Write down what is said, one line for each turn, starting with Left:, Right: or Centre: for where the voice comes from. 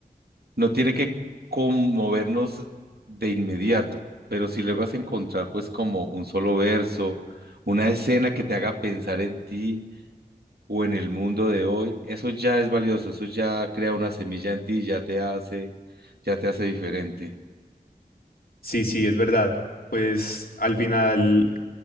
Right: No tiene que conmovernos de inmediato, pero si logras encontrar pues como un solo verso, una escena que te haga pensar en ti o en el mundo de hoy, eso ya es valioso, eso ya crea una semilla en ti, ya te hace, ya te hace diferente.
Left: Sí, sí, es verdad. Pues al final,